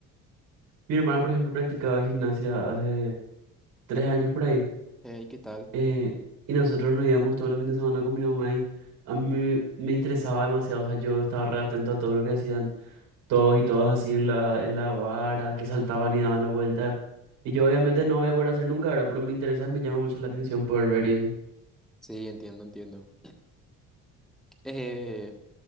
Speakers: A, on the right (about 80°); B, in the centre.
A: Mi hermana, por ejemplo, practicaba gimnasia hace tres años por ahí.
B: y ¿qué tal?
A: Eh, y nosotros nos íbamos todos los fines de semana con mi mamá y a mí me, me interesaba demasiado, o sea, yo estaba re atento a todo lo que hacían todos y todas así en la, en la vara, que saltaban y daban la vuelta. Y yo obviamente no voy a poder hacer nunca, ¿verdad? Pero me interesa y me llama mucho la atención poder ver y eso.
B: Sí, entiendo, entiendo. Eh,